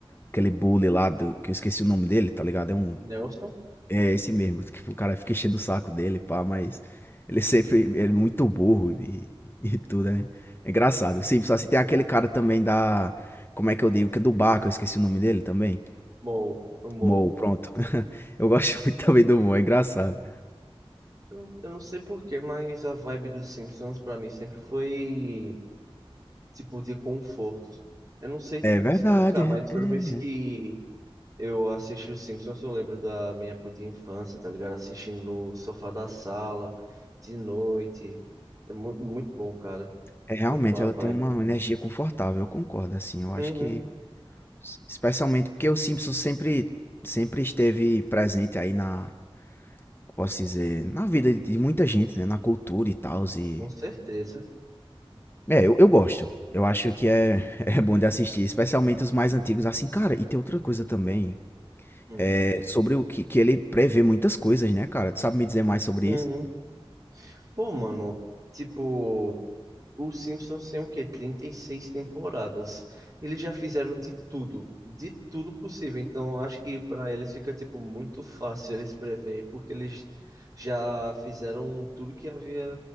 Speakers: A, on the left (about 20°); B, on the right (about 35°).
A: aquele bully lá, do, que eu esqueci o nome dele, tá ligado? É um
B: Nelson?
A: é esse mesmo, tipo, o cara fica enchendo o saco dele, pá, mas ele sempre ele é muito burro e, e tudo, né? É engraçado. Sim, só se tem aquele cara também da. Como é que eu digo? Que é do bar, que eu esqueci o nome dele também.
B: Moe. Moe.
A: Mo, pronto. <laughs> Eu gosto muito também do Mo, é engraçado.
B: Eu não eu não sei porquê, mas a vibe dos Simpsons pra mim sempre foi tipo de conforto. Eu não sei
A: É
B: te
A: verdade,
B: explicar, mas toda
A: é.
B: vez que eu assisti os Simpsons, eu lembro da minha época de infância, tá ligado? Assistindo no sofá da sala, de noite. É muito, muito bom, cara.
A: É, realmente
B: Muito boa
A: ela
B: a vibe.
A: tem uma energia confortável, eu concordo, assim, eu acho
B: Uhum,
A: que. Especialmente porque o Simpson sempre, sempre esteve presente aí na. Posso dizer, na vida de muita gente, né? Na cultura e tal, e
B: com certeza.
A: É, eu, eu gosto. Eu acho que é, <laughs> é bom de assistir, especialmente os mais antigos. Assim, cara, e tem outra coisa também.
B: Hum.
A: É sobre o que, que ele prevê muitas coisas, né, cara? Tu sabe me dizer mais sobre
B: Uhum.
A: isso?
B: Pô, mano, tipo, Os Simpsons têm o quê? trinta e seis temporadas. Eles já fizeram de tudo, de tudo possível. Então acho que para eles fica tipo muito fácil eles prever, porque eles já fizeram tudo que havia